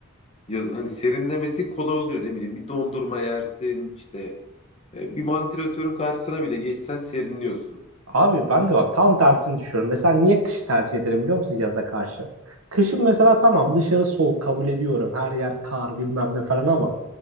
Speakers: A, on the left; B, on the right.
A: Yazın hani serinlemesi kolay oluyor. Ne bileyim bir dondurma yersin işte E, bir vantilatörün karşısına bile geçsen serinliyorsun.
B: Abi ben de bak tam tersini düşünüyorum. Mesela niye kışı tercih ederim biliyor musun yaza karşı? Kışın mesela tamam dışarı soğuk kabul ediyorum. Her yer kar bilmem ne falan ama